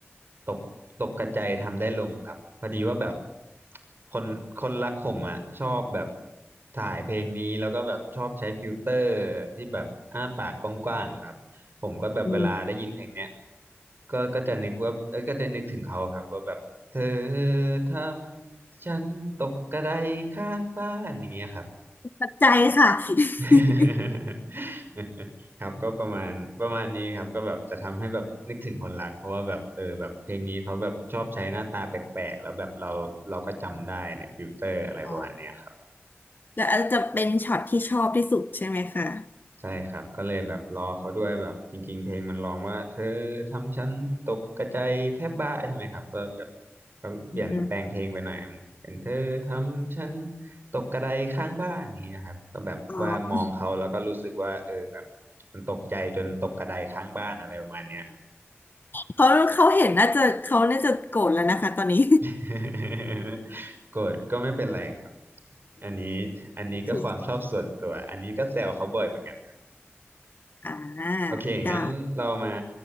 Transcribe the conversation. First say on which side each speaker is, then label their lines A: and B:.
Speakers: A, on the right; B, on the left.
A: ตกตกกระจายทำได้ลงครับพอดีว่าแบบคนคนรักผมอ่ะชอบแบบถ่ายเพลงนี้แล้วก็แบบชอบใช้ฟิลเตอร์ที่แบบอ้าปากกว้างๆครับผมก็แบบเวลาได้ยินเพลงเนี้ย
B: อืม
A: ก็ก็จะนึกว่าเอ้ยก็จะนึกถึงเขาครับว่าแบบเธอทำฉันตกกระไดข้างบ้านอย่างเงี้ยครับ
B: ปัจจัยค่ะ <laughs>
A: <laughs> ครับก็ประมาณประมาณนี้ครับก็แบบจะทำให้แบบนึกถึงคนรักเพราะว่าแบบเออแบบเพลงนี้เขาแบบชอบใช้หน้าตาแปลกๆแล้วแบบเราเราก็จำได้ในฟิลเตอร์อะไรประมาณเนี้ยครับ
B: อ๋อแล้วอาจจะเป็นช็อตที่ชอบที่สุดใช่ไหมคะ
A: ใช่ครับก็เลยแบบรอเขาด้วยแบบจริงๆเพลงมันร้องว่าเธอทำฉันตกกระจายแทบบ้าใช่ไหมครับก็แบบก็เปลี่ยนแปลงเพลงไปหน่อยเป็นเธอทำฉัน
B: อืม
A: ตกกระไดข้างบ้านนี้ยครับก็แบบว่ามองเขาแล้วก็รู้สึกว่าเออแบบ
B: อ๋อ
A: มันตกใจจนตกกระไดข้างบ้านอะไรประมาณเนี้ยครับ
B: เขาเขาเห็นน่าจะเขาน่าจะโกรธแล้วนะคะตอนนี้
A: <laughs> โกรธก็ไม่เป็นไรครับอันนี้อันนี้ก็ความชอบส่วนตัวอันนี้ก็แซวเขาบ่อยเหมือนกันครับ
B: <laughs> อ่า
A: โอเคงั้นเรามา
B: จ้า